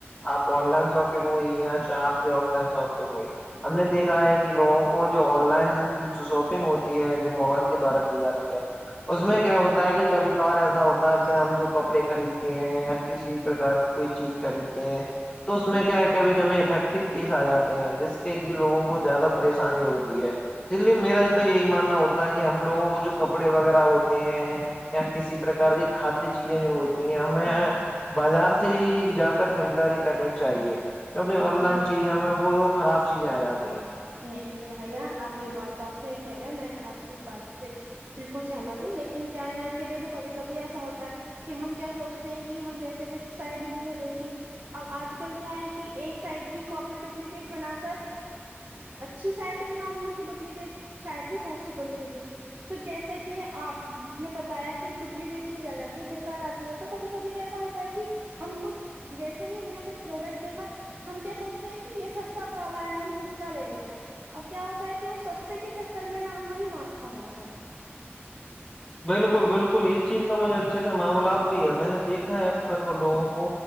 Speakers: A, on the left; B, on the right.
A: آپ آن لائن شاپنگ ہوئی یا چاہ آ کی آف لائن شاپنگ ہوئی ہم نے دیکھا ہے کہ لوگوں کو جو آن لائن جو شاپنگ ہوتی ہے جو موبائل کے دوارا کی جاتی ہے اس میں کیا ہوتا ہے کہ کبھی کبار ایسا ہوتا ہے کہ ہم جو کپڑے خریدتے ہیں یا کسی پرک کی کوئی چیز خریدتے کہ تو اس میں کیا ہے کبھی کبھی افیکٹو فیس آ جاتے ہیں جس کے کہ لوگوں کو زیادہ پریشانی ہوتی ہے اس لیے میرا تو یہی ماننا ہوتا ہے کہ ہم لوگوں کو جو کپڑے وغیرہ ہوتے ہیں یا کسی پرک کی کھادی چیزیں جو ہوتی ہیںیں بازار سے ہی جا کر خریداری کرنی چاہیے کیونکہ آن
B: جی
A: لائن
B: جی
A: چیزوں میں وہ خراب چیزیں آ جاتی ہیں
B: نہیں نہیں بھیا آپ یہ بات تو آپ سےح ہی کہہ رہے ہو میںپ اس بات سے بالکل سہمت ہوں لیکن کیا ہے نہ کہ دیکھو کبھی کبھی ایسا ہوتا ہے کہ ہم کیا سوچتے ہیں کہ ہم جیسے کچھ سائڈ ہم نے دیکھی اب آج کل کیا ہے کہ ایک سائڈ کی کاپی ڈوپلیکیٹ بنا کر اچھی سائڈ بھی اور انہیں کی ڈوپلیکیٹ سائڈ بھی بہت سی بنی ہوئی ہے تو جیسا کہ کہ آپ نے بتایا کہ ڈپلیکیٹ چیز آ جاتی ہے بےیکار آتی ہے تو کبھی کبھی جیسا ہوتا ہے کہ ہم کو جیسے ہی ہم نے کچھ پروڈکٹ دیکھا ہم کیا سوچتے ہیں کہ یہ سستا والا ہے ہم س لے لیتے ہیں اب کیا ہوتا ہے کہ وہ سستے کے چکر میں نہ وہیں مات کھ جاتا ہے
A: بالکل بالکل اس چیز کا مجھے اچھے سے معاملات بھی ہے میں نے دیکھا ہے اکثر کو لوگوں کو